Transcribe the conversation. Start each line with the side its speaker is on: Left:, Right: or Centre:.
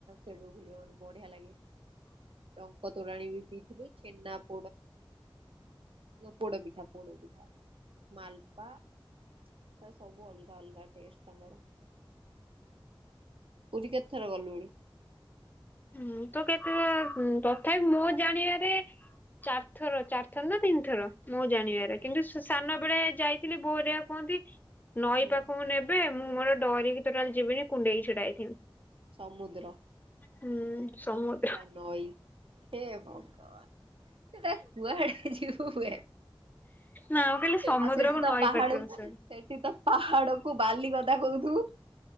Right: ବଢିଆ ଲାଗେ। ଟଙ୍କ ତୋରାଣୀ <unintelligible> ପୋଡ ପିଠା। ମାଲପା ହେ ସବୁ ଅଲଗା ଅଲଗା ଟେଷ୍ଟ ତମର। ପୁରୀ କେତେଥର ଗଲୁଣି?
Left: ହୁଁ ତ କେତେ ହୁଁ ତଥାପି ମୁଁ ଜାଣିବାରେ ଚାର୍ ଥର ଚାର୍ ଥର ନା ତିନିଥର ମୁ ଜାଣିବାରେ।
Right: ହୁଁ
Left: କିନ୍ତୁ ସାନ ବେଳେ
Right: ହୁଁ
Left: ଯାଇଥିଲି ବୋଉ ହେରିକା କୁହନ୍ତି ନଈ
Right: ହୁଁ
Left: ପାଖକୁ ନେ ଏବେ ମୁଁ ମୋର ଡରିକୀ ଟୋଟାଲି ଯିବିନି କୁଣ୍ଡେଇକି ଛିଡାହେଇ ଥିବି।
Right: ସମୁଦ୍ର
Left: ହୁଁ ସମୁଦ୍ର
Right: ହେଲା ନଈ ହେ ଭଗବାନ ସେଟା କୁଆଟେ ଯିବୁ ବେ
Left: ନା ମୁଁ କହିଲି ସମୁଦ୍ରକୁ
Right: ଆଉ ସେଠି ତ
Left: ନଈ
Right: ପାହାଡ
Left: <unintelligible>
Right: ସେଠି ତ ପାହାଡକୁୁ ବାଲି କଥା କହୁଥୁବୁ